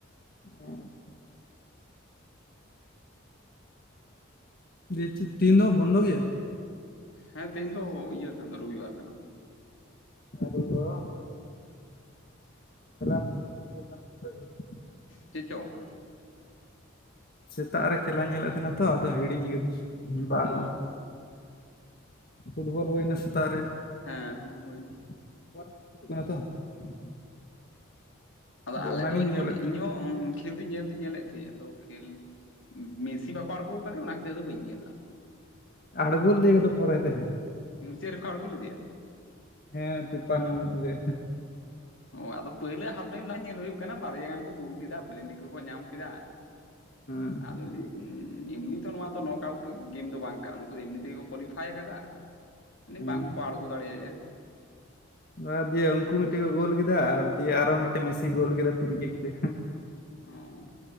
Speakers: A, on the left; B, on the left.
A: ᱦᱮᱸ ᱫᱤᱭᱮ ᱪᱤᱫ ᱛᱤᱱ ᱫᱚ ᱵᱚᱱᱫᱚ ᱜᱮᱭᱟ?
B: ᱦᱮᱸ ᱛᱮᱦᱮᱧ ᱫᱚ ᱤᱭᱟᱹ ᱠᱟᱱᱟ ᱫᱚ ᱨᱚᱵᱤᱵᱟᱨ ᱠᱟᱱᱟ᱾
A: ᱦᱮᱸ ᱨᱚᱵᱤᱵᱟᱨ <unintelligible> <inaudible>
B: ᱪᱤᱫ ᱪᱚᱝ
A: ᱥᱮᱛᱟᱜ ᱨᱮ ᱠᱷᱮᱞᱟᱧ ᱧᱮᱞᱮᱫ ᱛᱟᱦᱮᱱᱟ ᱛᱚ᱾ ᱟᱫᱚ ᱦᱤᱲᱤᱧ ᱟᱠᱟᱫᱟᱹᱧ ᱵᱟᱨ
B: ᱚ
A: ᱦᱚᱸ᱾ ᱯᱷᱩᱴᱵᱚᱞ ᱦᱩᱭᱱᱟ ᱥᱮᱛᱟᱜ ᱨᱮ᱾
B: ᱦᱮᱸ ᱦᱮᱸ ᱦᱳᱭ ᱱᱟ᱾
A: <unintelligible>
B: ᱟᱫᱚ
A: ᱡᱮ
B: ᱟᱞᱮ
A: ᱚᱱᱟᱜᱤᱧ
B: ᱫᱚ ᱡᱮᱢᱚᱱ
A: ᱧᱮᱞᱮᱫ ᱛᱟᱦᱮᱱᱟ
B: ᱤᱧᱦᱚᱸ ᱠᱷᱮᱞ ᱫᱚ ᱧᱮᱞ ᱫᱩᱧ ᱧᱮᱞ ᱮᱫ ᱛᱟᱦᱮᱸ᱾ ᱟᱫᱚ ᱠᱷᱮᱞ ᱢᱮᱥᱤ ᱵᱟᱠᱚ ᱟᱬᱜᱚ ᱟᱠᱟᱫᱮᱭᱟ ᱚᱱᱟ ᱠᱷᱟᱹᱛᱤᱨ ᱫᱚ ᱵᱟᱹᱧ ᱧᱮᱞ ᱞᱟᱜ-ᱟ᱾
A: ᱟᱲᱜᱳ ᱞᱮᱫᱮᱭᱟ ᱠᱚ ᱯᱚᱨᱮᱛᱮ᱾
B: ᱢᱩᱪᱟᱹᱫ ᱨᱮ ᱠᱚ ᱟᱲᱜᱩ ᱞᱮᱫᱮᱭᱟ?
A: ᱦᱮᱸ ᱛᱤᱯᱟᱱᱱᱚ ᱢᱤᱱᱤᱴ ᱨᱮ᱾
B: ᱚ ᱟᱫᱚ ᱯᱟᱹᱭᱞᱟᱹ ᱦᱟᱯ ᱴᱟᱭᱤᱢ ᱞᱟᱦᱟ ᱧᱮᱞ ᱦᱳᱭᱳᱜ ᱠᱟᱱᱟ ᱾ᱵᱟᱨᱭᱟ ᱜᱟᱱ ᱠᱚ ᱜᱳᱞ ᱠᱮᱫᱟ᱾ ᱯᱞᱮᱱᱴᱤᱠ ᱠᱚ ᱧᱟᱢ ᱠᱮᱫᱟ᱾
A: ᱦᱮᱸ
B: <unintelligible> ᱩᱸ ᱮᱢᱱᱤ ᱛᱚ ᱱᱚᱣᱟ ᱫᱚ ᱱᱚᱠ ᱟᱣᱩᱴ ᱜᱮᱢ ᱫᱚ ᱵᱟᱝ ᱠᱟᱱᱟ ᱱᱩᱠᱩ ᱫᱚ ᱮᱢᱱᱤ ᱛᱮᱜᱮ ᱠᱚ ᱠᱳᱣᱟᱞᱤᱯᱷᱟᱭ ᱠᱟᱫᱟ᱾
A: ᱦᱮᱸ
B: ᱵᱟᱝ ᱠᱚ ᱟᱲᱜᱩ ᱫᱟᱲᱮᱭᱮᱭᱟ᱾
A: ᱟᱨ ᱫᱤᱭᱮ ᱩᱱᱠᱩ ᱢᱤᱫᱴᱮᱡ ᱠᱚ ᱜᱳᱞ ᱠᱮᱫᱟ, ᱟᱨ ᱫᱤᱭᱮ ᱟᱨᱚ ᱢᱤᱫᱴᱮᱡ ᱢᱮᱥᱤ ᱜᱳᱞ ᱠᱮᱫᱟ ᱯᱷᱨᱤ ᱠᱤᱠ ᱛᱮ᱾
B: ᱚ